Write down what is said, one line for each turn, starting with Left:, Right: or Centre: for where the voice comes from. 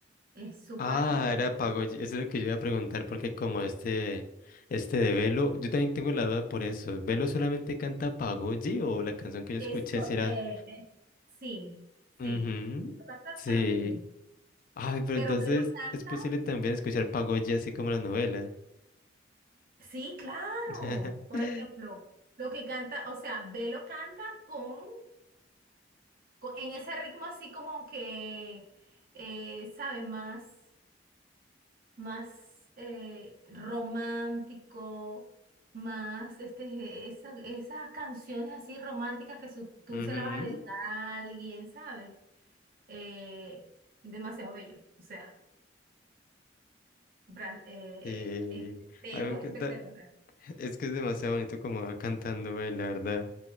Right: Es súper
Left: Ah,
Right: espectacular.
Left: era Pagoji, eso es lo que yo iba a preguntar, porque como este, este de Velo, yo también tengo la duda por eso. ¿Velo solamente canta Pagoji o la canción que yo
Right: Eso,
Left: escuché si era...
Right: eh, eh, sí,
Left: Ujú,
Right: sí. Velo cantar
Left: Sí.
Right: solamente eso.
Left: Ay, pero
Right: Pero
Left: entonces
Right: Velo canta,
Left: es posible también escuchar Pagoji así como la novela.
Right: sí, claro.
Left: <laughs>
Right: Por ejemplo, lo que canta, o sea, Velo canta con, con- en ese ritmo así como que, eh, sabe más. más eh, romántico, más este, esa- esas canciones así románticas que su- tú
Left: Ujú,
Right: se las vas a dedicar a alguien, ¿sabes? Eh, demasiado bello, o sea, bra- eh,
Left: Sí,
Right: este pelo
Left: a mí me encanta,
Right: es espectacular.
Left: <laughs> es que es demasiado bonito como va cantando él, la verdad.